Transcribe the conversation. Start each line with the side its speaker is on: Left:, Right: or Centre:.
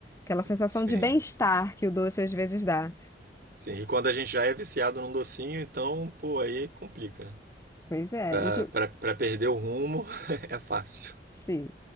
Left: Aquela sensação
Right: sim.
Left: de bem-estar que o doce às vezes dá.
Right: Sim, e quando a gente já é viciado num docinho, então, pô, aí complica. né?
Left: Pois é,
Right: Pra,
Left: inclu
Right: pra, pra perder o rumo <laughs> é fácil.
Left: sim.